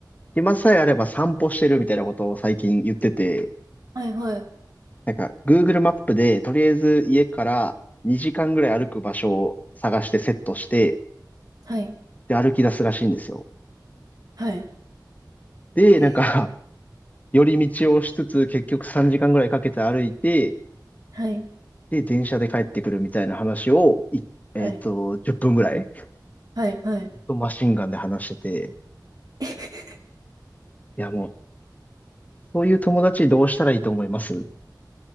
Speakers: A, on the left (about 20°); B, on the right (about 55°).
A: 暇さえあれば散歩してるみたいなことを最近言ってて、
B: はい。はい。
A: なんか Google マップでとりあえず家から2時間ぐらい歩く場所を探してセットして、
B: はい。
A: で歩き出すらしいんですよ。
B: はい。
A: で、
B: えー
A: なんか <laughs> 寄り道をしつつ結局3時間ぐらいかけて歩いて、
B: はい。
A: で、電車で帰ってくるみたいな話を、いえっと、
B: はい。
A: 10分ぐらい、
B: はい。はい。
A: ずっとマシンガンで話してて、
B: <laughs>
A: いやもう、そういう友達どうしたらいいと思います